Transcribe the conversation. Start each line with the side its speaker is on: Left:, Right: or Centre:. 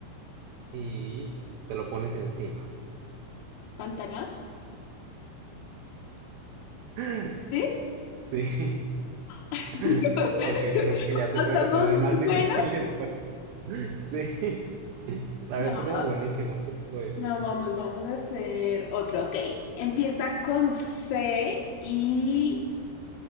Right: y te lo pones encima.
Left: ¿Pantalón?
Right: <laughs>
Left: ¿Sí?
Right: Sí.
Left: <laughs>
Right: <laughs> Ok, creo que ya te
Left: ¿O
Right: tengo
Left: somos
Right: que poner
Left: muy
Right: más difíciles.
Left: buenos?
Right: por- <laughs> Sí. <laughs> La
Left: No,
Right: verdad es que somos
Left: no,
Right: buenísimos, ¿qué te puedo decir?
Left: no, vamos, vamos a hacer otro. Ok, empieza con C y